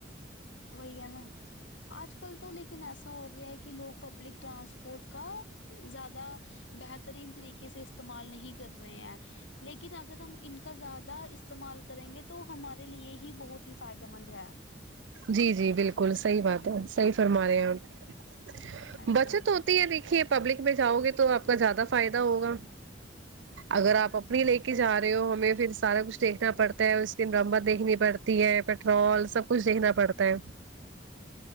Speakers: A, on the left; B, on the right.
A: وہی ہے نا آج کل تو لیکن ایسا ہو گیا ہے کہ لوگ پبلک ٹرانسپورٹ کا زیادہ بہترین طریقے سے استعمال نہیں کر رہے ہیں لیکن اگر ہم ان کا زیادہ استعمال کریں گے تو ہمارے لیے ہی بہت ہی فائدہ مند ہے
B: جی جی بالکل صحیح بات ہے صحی فرما رہے ہیں آپ
A: ہاں جی
B: بچت
A: ہاں
B: ہوتی
A: جی
B: ہے دیکھیے پبلک میں جاؤ گے تو آپ کا زیادہ فائدہ ہوگا
A: <unintelligible>
B: اگر آپ اپنی لے کے جا رہے ہو ہمیں پھر سارا کچھ دیکھنا پڑتا ہے اور اسکن رمبر دیکھنی پڑتا ہے تی ہے پیٹرول سب کچھ دیکھنا پڑتا ہے